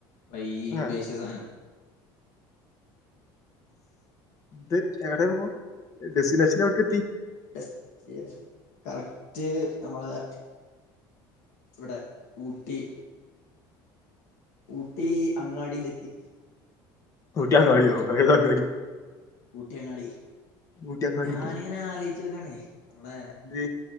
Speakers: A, on the left; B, on the left.
A: വൈ
B: ആ
A: ബേശ് സാധനം
B: ഇട്ട് എവിടെയാണ്പ്പോ ഡെസ്റ്റിനേഷൻ എവിടക്കെത്തി
A: ഡസ്റ്റിയാ കറക്റ്റ് നമ്മളെ ഇവടെ ഊട്ടി ഊട്ടി അങ്ങാടിയിലെത്തി.
B: കുട്ട്യാൻ കഴിയോ കഴ്കാൻ കേറി
A: ഊട്ടിയങ്ങാടി
B: ഊട്ടിയങ്ങാടി
A: ഞാനിങ്ങനെ ആലോയ്ച്ചോക്കാണേ നമ്മളെ
B: ഇത്